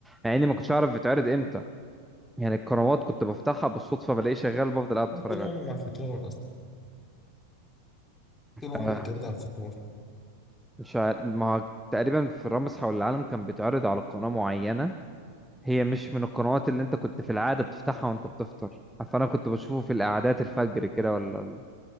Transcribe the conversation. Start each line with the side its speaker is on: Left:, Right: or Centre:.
Centre: مع اني ما كنتش اعرف بيتعرض امتى يعني القنوات كنت بفتحها بالصدفه بلاقيه شغال بفضل قاعد اتفرج
Left: أنا طول عمري على الفطار أصلا طول عمري
Centre: عليه
Left: بتابع على الفطار
Centre: مش عارف ما هو تقريبا في رامز حول العالم كان بيتعرض على قناة معينة هي مش من القنوات اللي انت كنت في العادة بتفتحها وانت بتفطر فانا كنت بشوفه في القعدات الفجر كده ولا ال-